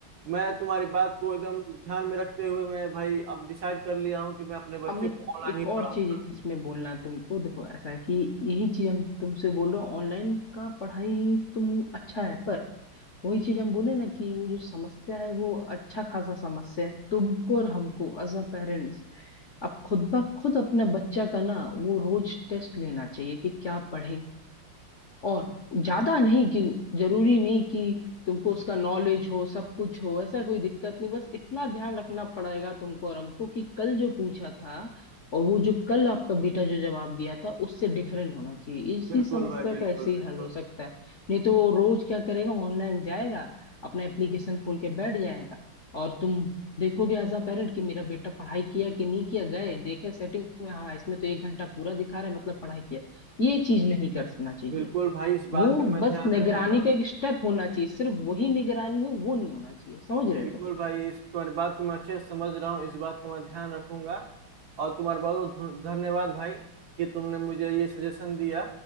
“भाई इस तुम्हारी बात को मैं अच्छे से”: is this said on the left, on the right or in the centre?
Right